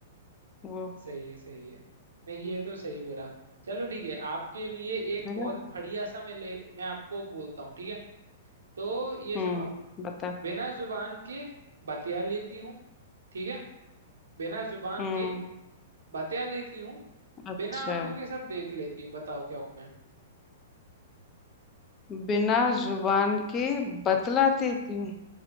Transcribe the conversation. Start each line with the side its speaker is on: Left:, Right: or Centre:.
Left: वो
Right: सही है सही है नहीं ये तो सही बोला चलो ठीक है आपके लिए एक
Left: देखा
Right: बहुत बढ़िया सा मैं ले मैं आपको बोलता हूँ ठीक है तो ये
Left: हम्म
Right: सुनो आप
Left: बता
Right: बिना जुबान के बतिया लेती हूँ ठीक है बिना जुबान
Left: हम्म
Right: के बतिया लेती हूँ
Left: अच्छा
Right: बिना आंखों के सब देख लेती हूँ बताओ क्या हूँ मैं
Left: बिना जुबान के बतलाती हूँ